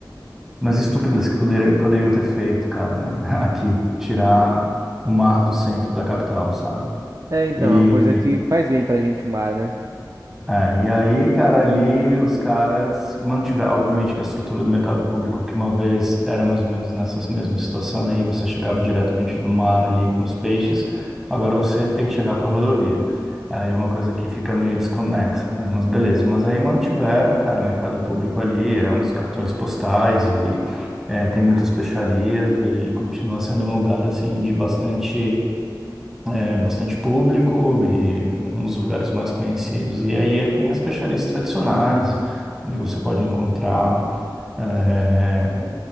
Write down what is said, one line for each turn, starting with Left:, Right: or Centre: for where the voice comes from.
Centre: mais estúpidas que poder- poderiam ter feito, cara, <laughs> aqui. Tirar o mar do centro da capital, sabe?
Right: É, então,
Centre: E
Right: é uma coisa que faz bem pra gente o mar, né?
Centre: É, e aí, cara, ali os caras mantiveram, obviamente, que a estrutura do mercado público, que uma vez era mais ou menos nessa mesma situação aí, você chegava diretamente do mar ali com os peixes, agora você tem que chegar por rodovia. Aí é uma coisa que fica meio desconexa, né? Mas beleza, mas aí mantiveram, cara, o mercado público ali, é um dos cartões postais e é, tem muitas peixarias e continua sendo um lugar, assim, de bastante é bastante público e uns lugares mais conhecidos. E aí é- tem as peixarias tradicionais, onde você pode encontrar, eh,